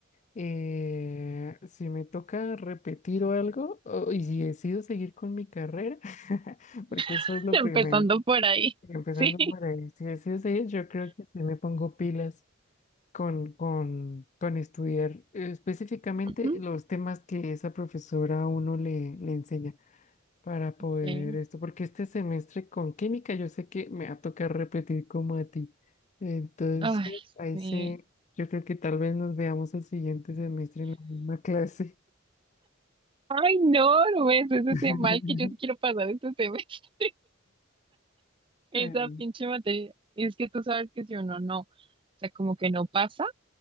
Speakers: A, on the left; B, on the right.
A: eh, si me toca repetir o algo, o- y si decido seguir con mi carrera, <laughs> porque eso
B: <laughs>
A: es lo
B: Empezando
A: primero,
B: por ahí,
A: empezando
B: <laughs> sí.
A: por ahí, si decido seguir, yo creo que sí me pongo pilas con, con, con estudiar eh, específicamente
B: Ujú,
A: los temas que esa profesora a uno le, le enseña para poder
B: sí.
A: esto, porque este semestre con química yo sé que me va a tocar repetir como a ti. Entonces,
B: Ay,
A: ahí
B: sí.
A: sí, yo creo que tal vez nos veamos el siguiente semestre en la misma clase.
B: Ay, no, no ves ese
A: <laughs>
B: tema mal que yo te quiero pasar este tema. <laughs> Esa
A: Eh,
B: pinche materia. Es que tú sabes que si uno no, o sea, como que no pasa.